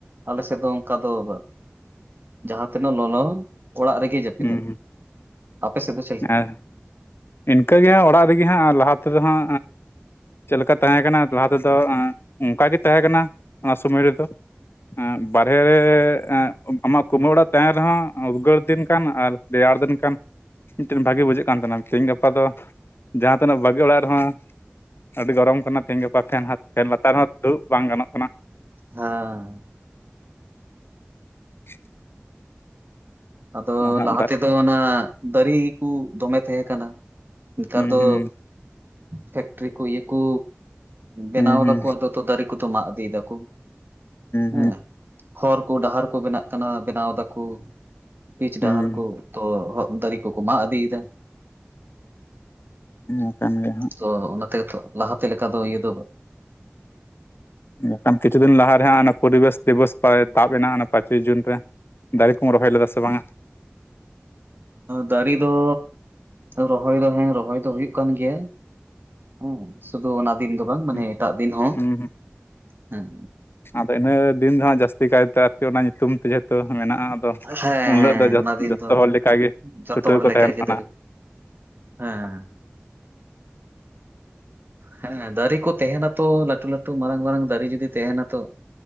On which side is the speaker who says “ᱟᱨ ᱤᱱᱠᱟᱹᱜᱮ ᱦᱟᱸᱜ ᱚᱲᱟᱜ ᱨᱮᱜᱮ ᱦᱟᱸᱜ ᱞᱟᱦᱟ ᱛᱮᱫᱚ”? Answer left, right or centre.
Left